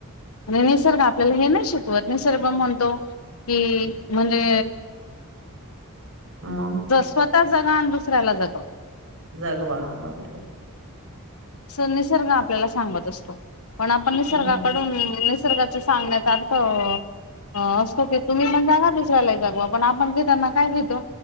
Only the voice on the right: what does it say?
मग
जगवा बरोबर
हम्म